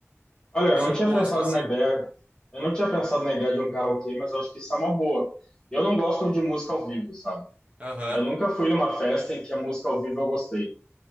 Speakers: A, on the left (about 15°); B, on the right (about 30°).
A: Olha,
B: O
A: eu
B: seu
A: não tinha
B: gosto
A: pensado
B: assim?
A: na ideia, eu não tinha pensado na ideia de um karaokê, mas eu acho que isso é uma boa. Eu não gosto de música ao vivo, sabe?
B: Aham,
A: Eu nunca fui numa festa em que a música ao vivo eu gostei,